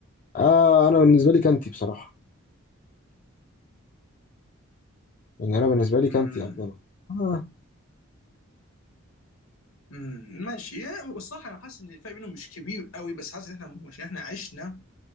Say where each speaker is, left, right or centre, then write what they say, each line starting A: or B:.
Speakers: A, on the left; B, on the left.
A: آه أنا بالنسبة لي كانتي بصراحة يعني أنا بالنسبة لي كانتي
B: امم
A: أفضل آه.
B: امم ماشي يا- والصراحه انا حاسس ان الفرق بينهم مش كبير قوي بس حاسس ان احنا عشان احنا عشنا